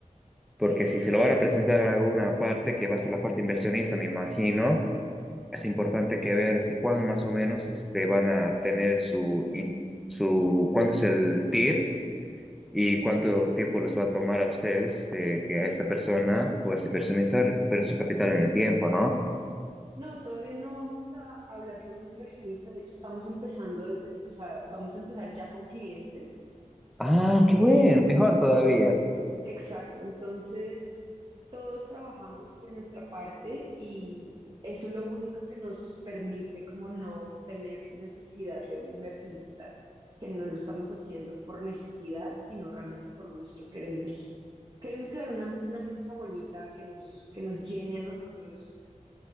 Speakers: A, in the centre; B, on the right.
A: porque
B: Eh, exacto.
A: si se lo van a presentar a una parte, que va a ser la parte inversionista, me imagino. es importante que vean este, cuándo más o menos este, van a tener su, in- su, cuánto es el TIR y cuánto tiempo les va a tomar a ustedes este, que a esta persona o a este inversionista recupere su capital en el tiempo, ¿no?
B: No, todavía no vamos a hablar con un inversionista. De hecho, estamos empezando desde, o sea, vamos a empezar ya con cliente.
A: Ah,
B: Eh,
A: qué bueno, mejor todavía,
B: Exacto, entonces todos trabajamos por nuestra parte y eso es lo único que nos permite como no tener necesidad de un inversionista, que no lo estamos haciendo por necesidad, sino realmente por gusto. Queremos, queremos crear una, una agencia bonita que nos, que nos llene a nosotros,